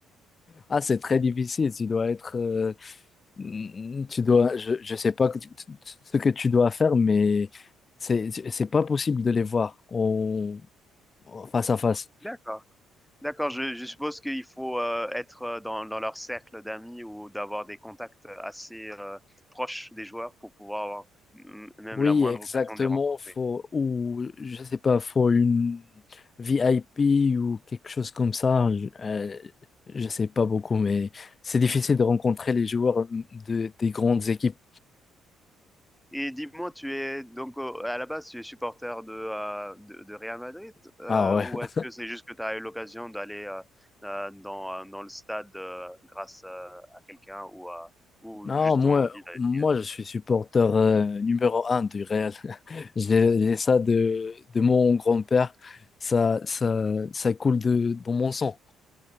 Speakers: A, on the left; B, in the centre.
A: Ah c'est très difficile. Tu dois être. euh, mm, tu dois. Je, je sais pas que tu- tu- ce que tu dois faire, mais c'est c'est pas possible de les voir en- en face à face.
B: D'accord. D'accord, je, je suppose qu'il faut euh, être euh, dans, dans leur cercle d'amis ou d'avoir des contacts assez euh, proches des joueurs pour pouvoir avoir mm, même
A: Oui,
B: la moindre
A: exactement.
B: occasion de les rencontrer.
A: Faut, ou, je sais pas, faut une VIP ou quelque chose comme ça. Je, euh, je sais pas beaucoup, mais c'est difficile de rencontrer les joueurs de, des grandes équipes.
B: Et dis-moi, tu es donc euh, à la base, tu es supporter de, euh, de, de Real Madrid euh,
A: Ah ouais.
B: ou est-ce
A: <laughs>
B: que c'est juste que tu as eu l'occasion d'aller euh, euh, dans, euh, dans le stade euh, grâce euh, à quelqu'un ou, à- ou
A: Non,
B: juste
A: moi,
B: ton envie d'aller
A: moi,
B: d'y aller?
A: je suis supporter euh, numéro un du Real. <laughs> J'ai j'ai ça de, de mon grand-père. Ça, ça, ça coule de, dans mon sang.